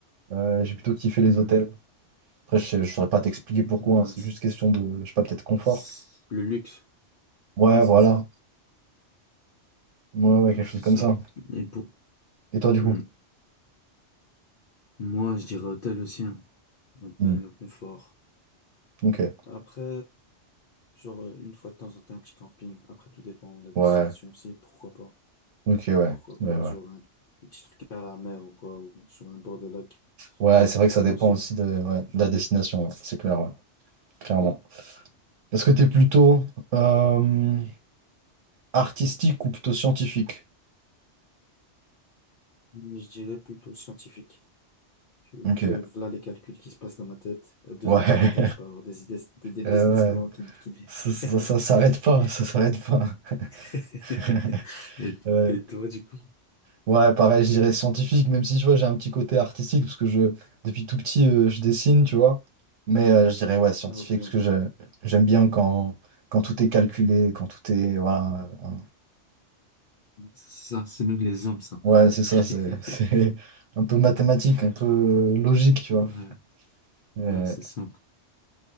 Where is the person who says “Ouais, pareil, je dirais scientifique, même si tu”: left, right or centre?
Right